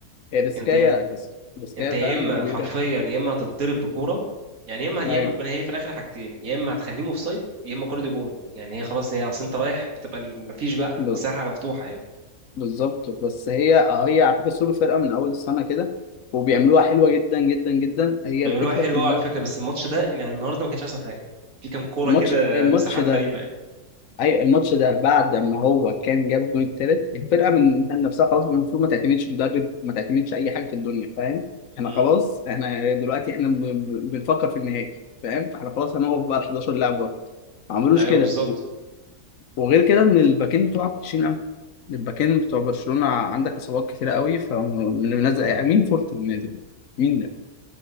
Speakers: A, on the left (about 65°); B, on the right (about 65°).
A: هي ريسكايه
B: انت يا-
A: ريسكايه
B: انت يا
A: فعلا
B: اما
A: كبيره
B: حرفيا يا اما هتتضرب بكوره يعني يا اما يا
A: ما
B: اما ما هي في الاخر حاجتين يا اما هتخليهم اوف سايد يا اما الكوره دي جون يعني هي خلاص هي اصل انت رايح بتبقى ال- مفيش بقى
A: ما-
B: مساحه مفتوحه يعني
A: بالظبط بس هي آه هي على فكره سوبر فرقه من اول السنه كده وبيعملوها حلوه جدا جدا جدا هي
B: بيعملوها
A: الفكره
B: حلوه
A: كلها
B: قوي على فكره بس الماتش ده يعني النهارده ما كانش احسن حاجه في كام كوره
A: الماتش
B: كده
A: الماتش
B: مساحات
A: ده
B: غريبه يعني
A: اي الماتش ده بعد ما هو كان جاب الجون التالت الفرقه من نفسها خلاص المفروض ما تعتمدش مدرب ما تعتمدش اي حاجه في الدنيا فاهم احنا
B: امم
A: خلاص احنا دلوقتي احنا بن- بنفكر في النهائي فاهم فاحنا خلاص هنقف بقى ال 11 لاعب بره ما عملوش
B: ايوه
A: كده
B: بالظبط
A: وغير كده ان الباكين بتوعك وحشين قوي الباكين بتوع برشلونة عندك اصابات كتيرة قوي فمنزل يعني مين فورت اللي نازل مين ده